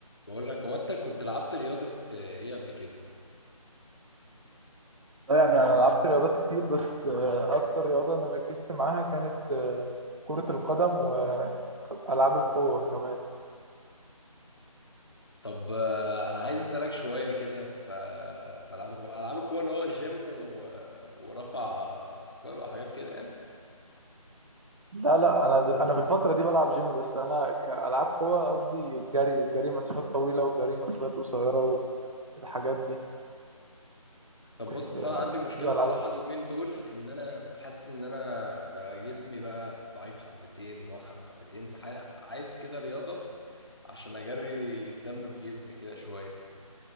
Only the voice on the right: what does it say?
لا يعني انا لعبت رياضات كتير بس آه، اكتر رياضه انا ركزت معاها كانت آه، كره القدم والعاب القوه كمان
لا لا انا دل- انا في الفتره دي بلعب جيم بس انا كالعاب قوه قصدي جري جري مسافات طويله وجري مسافات قصيره والحاجات دي
كنت
آه،
دي
العاب القوه